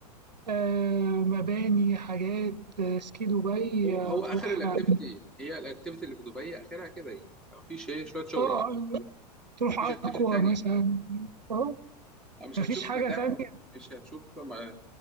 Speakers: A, on the right; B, in the centre.
A: آه، مباني حاجات آه، سكي دبي
B: هو هو
A: آه، هتروح
B: اخر الاكتيفيتي
A: اه
B: هي الاكتيفيتي اللي في دبي اخرها كده يعني ما فيش ايه شويه شوبينج
A: اه، تروح
B: ما فيش اكتيفيتي
A: اكوا
B: تانية
A: مثلا اه
B: آه، مش
A: مفيش
B: هتشوف
A: حاجه
B: متاحف
A: تانية
B: مش هتشوف م-